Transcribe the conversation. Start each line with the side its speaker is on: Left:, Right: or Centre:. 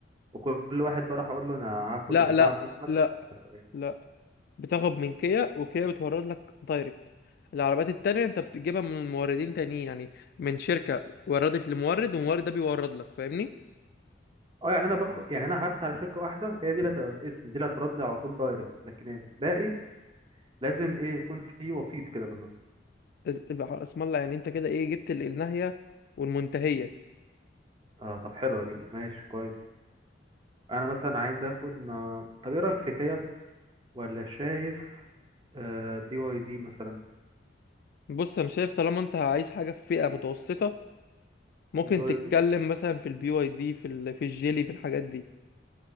Right: وكل واحد بقى راح اقول له انا هاخد
Left: لا
Right: البتاع
Left: لا
Right: باسمك
Left: لا
Right: ولا ايه
Left: لا بتاخد من كيا وكيا بتورد لك دايركت العربيات التانية انت بتجيبها من موردين تانيين يعني من شركة وردت لمورد والمورد ده بيورد لك فاهمني
Right: اه يعني انا بخ... يعني انا هرسي على شركه واحده هي دي اللي هتبقى باسمي دي اللي هتردني على طول دايركت لكن الباقي لازم ايه يكون في وسيط كده في النص
Left: اس- يبقى اسم الله يعني انت كده ايه جبت ال- الناهية والمنتهية
Right: اه طب حلوه دي ماشي كويس انا مثلا عايز اخد ما... طب ايه رايك في كيا ولا شايف آه بي واي دي مثلا
Left: بص انا شايف طالما انت عايز حاجة في فئة متوسطة ممكن
Right: بي واي
Left: تتكلم
Right: دي
Left: مثلا في البي واي دي في ال... في الجيلي في الحاجات دي